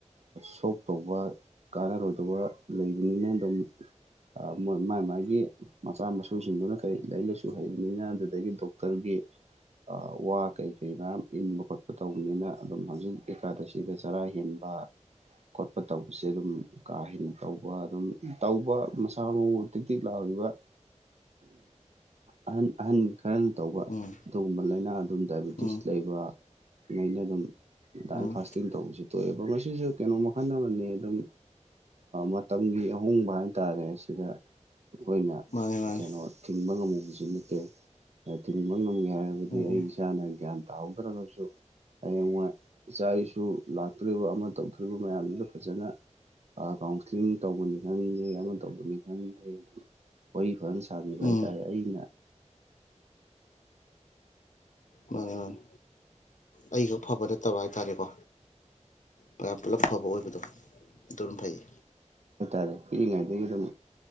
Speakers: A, on the right; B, on the left.
A: ꯁꯣꯛ ꯇꯧꯕ ꯀꯥꯟꯅꯔꯣꯏꯗꯕ ꯂꯩꯕꯅꯤꯅ ꯑꯗꯨꯝ ꯑꯥ ꯃꯥꯏ ꯃꯥꯥꯏꯒꯤ ꯃꯆꯥ ꯃꯁꯨꯁꯤꯡꯗꯨꯅ ꯀꯔꯤ ꯂꯥꯏꯔꯤꯛ ꯂꯥꯏꯁꯨ ꯍꯩꯕꯅꯤꯅ ꯑꯗꯨꯗꯒꯤ ꯗꯣꯛꯇꯔꯒꯤ ꯋꯥ ꯀꯩ ꯀꯔꯤ ꯃꯌꯥꯝ ꯏꯟꯕ ꯈꯣꯠꯄ ꯇꯧꯕꯅꯤꯅ ꯑꯗꯨꯝ ꯍꯧꯖꯤꯛ ꯑꯦꯀꯥꯗꯁꯤꯗ ꯆꯔꯥ ꯍꯦꯟꯕ ꯈꯣꯠꯄ ꯇꯧꯕꯁꯦ ꯑꯗꯨꯝ ꯀꯥ ꯍꯦꯟꯅ ꯇꯧꯕ ꯑꯗꯨꯝ ꯇꯧꯕ ꯔꯇꯤꯛ ꯂꯥꯎꯔꯤꯕ ꯑꯍꯟ ꯑꯍꯟ ꯈꯔ ꯇꯧꯕ
B: ꯎꯝ
A: ꯑꯗꯨꯒꯨꯝꯕ ꯂꯥꯏꯅꯥ ꯑꯗꯨꯝ ꯗꯥꯏꯕꯤꯇꯤꯁ
B: ꯎꯝ
A: ꯂꯩꯕ ꯉꯩꯅ ꯑꯗꯨꯝ ꯗꯥꯏꯝ
B: ꯎꯝ
A: ꯐꯥꯁꯇꯤꯡ ꯇꯧꯕꯁꯨ ꯇ ꯊꯣꯛꯑꯦꯕ ꯃꯁꯤꯁꯨ ꯀꯩꯅꯣ ꯃꯈꯜ ꯑꯃꯅꯤ ꯑꯗꯨꯝ ꯃꯇꯝꯒꯤ ꯑꯍꯣꯡꯕ ꯍꯥꯏꯇꯥꯔꯦ ꯁꯤꯗ ꯑꯩꯈꯣꯏꯅ
B: ꯃꯥꯅꯦ ꯃꯥꯅꯦ
A: ꯀꯩꯅꯣ ꯊꯤꯡꯕ ꯉꯝꯃꯨꯕꯁꯨ ꯅꯠꯇꯦ ꯊꯤꯡꯕ ꯉꯝꯒꯦ ꯍꯥꯏꯔꯒꯗꯤ
B: ꯎꯝ
A: ꯑꯩ ꯏꯁꯥꯅ ꯒ꯭ꯌꯥꯟ ꯇꯥꯍꯗ꯭ꯔꯒꯁꯨ ꯍꯌꯦꯡꯋꯥꯏ ꯏꯆꯥ ꯏꯁꯨ ꯂꯥꯛꯇ꯭ꯔꯤꯕ ꯑꯃ ꯇꯧꯗꯣꯔꯤꯕ ꯃꯌꯥꯝꯗꯨꯗ ꯐꯖꯅ ꯀꯥꯎꯟꯁꯂꯤꯡ ꯇꯧꯕꯅꯤ ꯈꯪꯗꯦ ꯑꯃ ꯇꯧꯕꯅꯤ ꯈꯪ ꯋꯥꯔꯤ ꯐꯖꯅ ꯁꯥꯕꯤꯕ ꯍꯥꯏꯇꯥꯔꯦ
B: ꯎꯝ
A: ꯑꯩꯅ
B: ꯃꯥꯅꯦ ꯃꯥꯅꯦ ꯑꯩꯈꯛ ꯐꯕ ꯅꯠꯇꯕ ꯍꯥꯏꯇꯥꯔꯦꯀꯣ ꯃꯌꯥꯝ ꯄꯨꯂꯞ ꯐꯕ ꯑꯣꯏꯕꯗꯣ ꯑꯗꯨꯝ ꯐꯩꯌꯦ
A: ꯍꯥꯏꯇꯥꯔꯦ ꯄꯤꯛꯉꯩꯗꯒꯤ ꯑꯗꯨꯝ